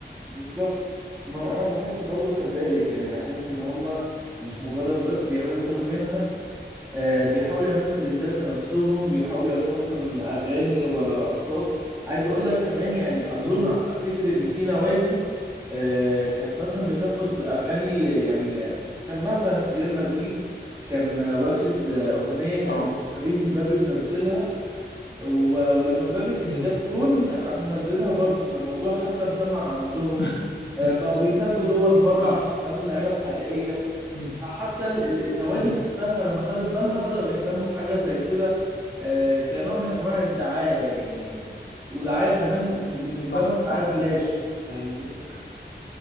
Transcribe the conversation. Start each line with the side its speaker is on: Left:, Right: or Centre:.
Right: بالظبط ما انا بحس برضو كذلك يعني بحس ان هما مش مجرد بس بيعملوا كوبي منها آه بيحاولوا يعملوا ترندات لنفسهم بيحاولوا يعملوا مثلا اغاني ولا رقصات عايز اقول لك كمان يعني اظن
Left: امم
Right: على ما افتكر ان في نوادي آه كانت مثلا بتاخد اغاني يعني كان مثلا في ريال مدريد كان واخد آه، اغنية كان
Left: اه
Right: شبيه مبابي منزلها و- ولما مبابي كان
Left: امم
Right: جاب جون راحوا منزلينها برضو فالموضوع حتى مسمع عندهم
Left: <laughs>
Right: آه، بقوا بيسافروا دول بره
Left: اه
Right: عشان يقابلوا اللعيبه الحقيقيه
Left: امم
Right: حتى ال- ال- النوادي
Left: امم
Right: نفسها لما خدت بالها بدأوا يهتموا بحاجه زي كده آه، كنوع من انواع الدعايه يعني ودعايه كمان من- بالنسبه
Left: صح
Right: لهم
Left: صح
Right: دعايه ببلاش فاهمني